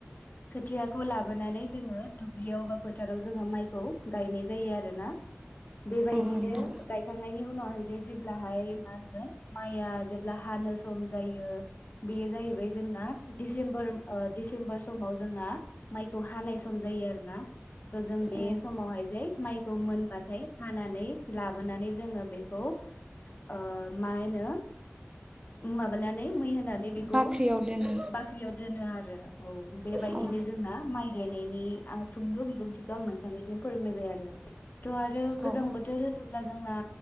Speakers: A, on the left; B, on the right.
A: खोथियाखौ लाबोनानै जोङो दुब्लियाव बा फोथाराव जोङो माइखौ गायनाय जायो आरोना। बेबायदिनो
B: औ नोंथां
A: गायखांनायनि उनावहाय जे जेब्लाहाय मा होनगोन माइआ जेब्ला हानो सम जायो बेयो जाहैबाय जों ना डिसेम्बर ओ डिसेम्बर समाव जोंना माइखौ हानाय सम जायो आरो ना। त जों बे
B: औ
A: समावहाय जे माइखौ मोनबाथाय हानानै लाबोनानै जोङो बेखौ ओ मा होनो माबानानै मै होना नैबेखौ
B: बाख्रियाव दोनो
A: बाख्रियाव दोनो आरो। औ बेबायदिनो
B: औ
A: जोंना माइ गायनायनि आं सुंद बिबुंथिखौ आं नोंथांनिसिम फोरमायबाय आरो। थ आरो गोजां
B: औ
A: बोथोर होनोब्ला जोंना